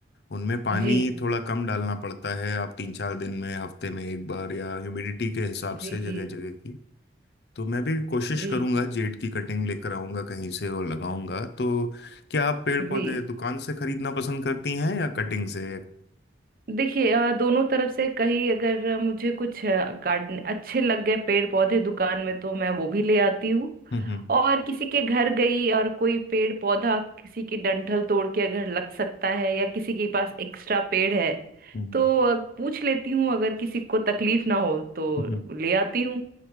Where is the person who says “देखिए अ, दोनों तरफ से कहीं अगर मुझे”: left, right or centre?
Right